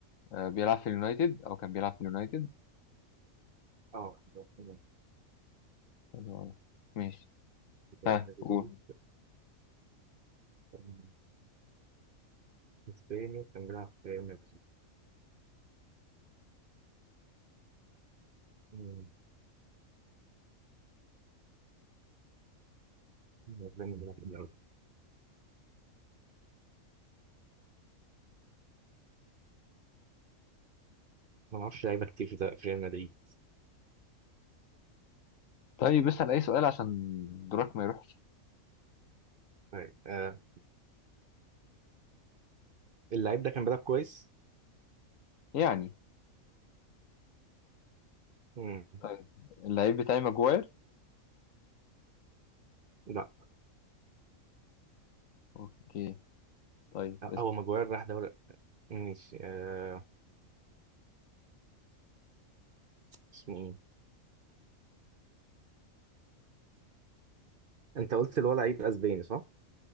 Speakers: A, on the left; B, on the right.
A: آه... بيلعب في اليونايتد او كان بيلعب في اليونايتد
B: اه لعب في
A: حلو أوي. ماشي
B: ريال
A: ها
B: مدريد
A: قول
B: كان اسباني كان بيلعب في ريال مدريد مم. اسباني بيلعب في الأول ما اعرفش لعيبه كتير في ده- في ريال مدريد
A: طيب اسأل اي سؤال عشان دورك ما يروحش
B: طيب آه اللعيب ده كان بيلعب كويس
A: يعني
B: مم.
A: طيب اللعيب بتاعي ماجواير
B: لا
A: اوكي طيب اسأل.
B: هو ماجواير راح دوري ماشي آه اسمه ايه انت قلت اللي هو لعيب اسباني صح؟